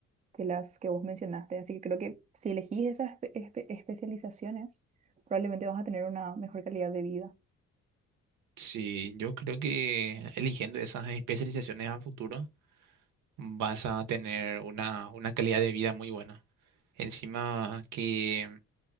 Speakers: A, on the right; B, on the right.
A: que las que vos mencionaste. Así que creo que si elegís esas espe- espe- especializaciones, probablemente vas a tener una mejor calidad de vida.
B: Sí, yo creo que eligiendo esas especializaciones a futuro vas a tener una, una calidad de vida muy buena. Encima que